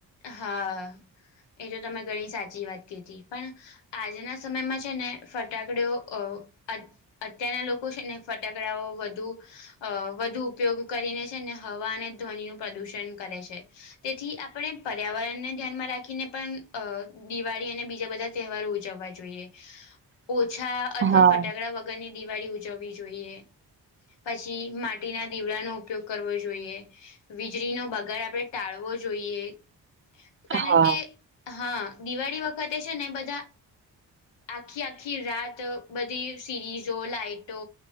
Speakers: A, on the left (about 85°); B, on the right (about 30°).
A: હા, એ તો તમે ઘણી સાચી વાત કીધી પણ આજના સમયમાં છે ને ફટાકડઓ અ અત્યારના લોકો છે ને ફટાકડાઓ વધુ અ વધુ ઉપયોગ કરીને છે અને હવા અને ધ્વનિનું પ્રદૂષણ કરે છે. તેથી આપણે પર્યાવરણને ધ્યાનમાં રાખીને પણ દિવાળી અને બીજા બધા તહેવારો ઉજવવા જોઈએ.
B: <inaudible>
A: ઓછા અથવા
B: હા.
A: ફટાકડા વગરની દિવાળી ઉજવવી જોઈએ. પછી માટીના દીવડાનો ઉપયોગ કરવો જોઈએ. વીજળીનો બગાડ આપડે ટાળવો જોઈએ. કારણ
B: હા,
A: કે હા, દિવાળી વખતે છે ને બધા આખી આખી રાત બધી સિરીઝો, લાઈટો